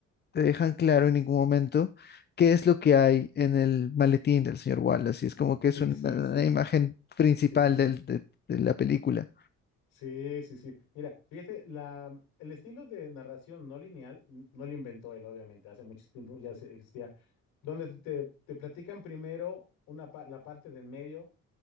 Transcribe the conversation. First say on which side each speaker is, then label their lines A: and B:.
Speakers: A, on the left; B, on the left.
A: te dejan claro en ningún momento qué es lo que hay en el maletín del señor Wallace. Y es como que
B: sí,
A: es una,
B: sí, sí,
A: una imagen principal
B: sí, sí, sí. sí.
A: del- de de la película.
B: Sí, sí, sí. Mira, fíjate, la, el estilo de narración no lineal n- no lo inventó él, obviamente, hace mucho tiempo ya se- existía, donde te, te platican primero una, pa- la parte de en medio